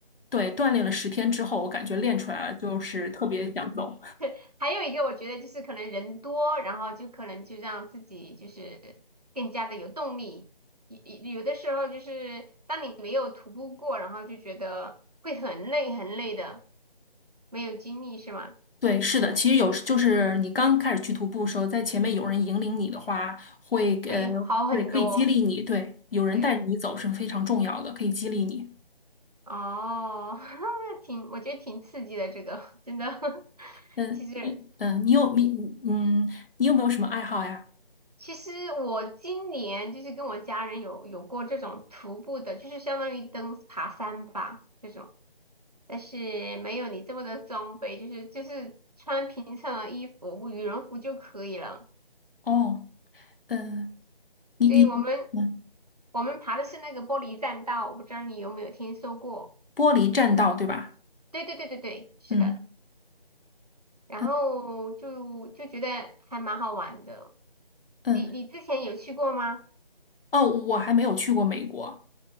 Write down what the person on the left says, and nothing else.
对，锻炼了十天之后，我感觉练出来了，就是特别想走。
对，是的，其实有时就是你刚开始去徒步的时候，在前面有人引领你的话，会呃，
对，可以激励你，对，有人带着你走是非常重要的，
可以激励你。
嗯，
你嗯，你有你嗯，你有没有什么爱好呀？
哦，嗯，你你嗯，
玻璃栈道对吧？
嗯
嗯嗯，
哦，我还没有去过美国。